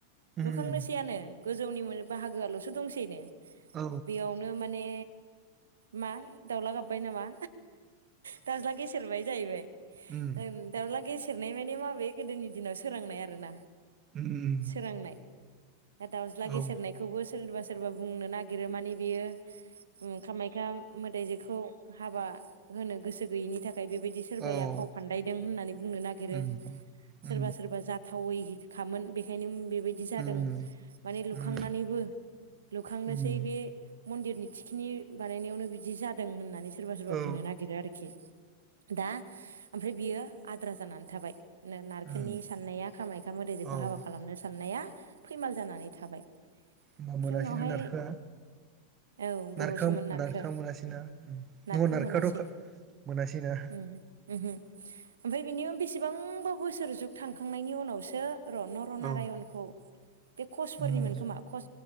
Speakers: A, on the right; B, on the right.
A: उम
B: लुखांनोसैयानो गोजौनि बाहागोआल'सो दंसैनो ।
A: औ
B: बेयावनो माने मा दाउला गाबबाय नामा? दाज्ला गेसेेरबाय जाहैबाय
A: उम
B: ओ दाउला गेसे सेरनाय माने माबे गोदोनि दिनाव सोरांनाय आरोना।
A: उम
B: सोरांनाय दा दाउज्ला
A: औ
B: गेसेेरनायखौबो सोरनिबा सोरबा बुंनो नागिरो माने बेयो कामाक्या मोदाय जेखौ हाबा होनो गोसो गैयिनि थाखाय। थाखाय बेबायदि सोरबाया
A: औ
B: फाव फान्दायदों होननानै बुंनो नागिरो
A: उम
B: सोरबा
A: उम
B: सोरबा जाथावै खामोन बेखायनो बेबायदि
A: उम
B: जादों माने लुखांनानैबो
A: उम
B: लुखांनोसै
A: उम
B: बे मन्दिरनि थिखिनि बानायनायावनो बिदि जादों होननानै सानो। सोरबा सोरबा
A: औ
B: बुंनो नागिरो आरोखि दा ओमफ्राय बियो आद्रा जानानै थाबाय।
A: उम
B: नारखोननि साननाया खामाक्या मोदैजोखौ
A: औ उम
B: हाबा खालामनो साननाया फैमाल जानानै थाबाय
A: होमबा
B: ओमफ्राय
A: मोनासैनो
B: उनावहाय
A: नारखोआ
B: औ बर'सोमोन
A: नार
B: नारखो
A: नारखां मोनासैना
B: नारखो
A: न' नारखाथ'
B: मोनासै
A: मोनासै ना
B: उम उमहो ओमफ्राय बिनि बेसेबांबा बोसोर जुग थांखांनायनि उनावसो रनरनारायनखौ
A: औ
B: बे कचफोरनिमोन
A: उम
B: खोमा क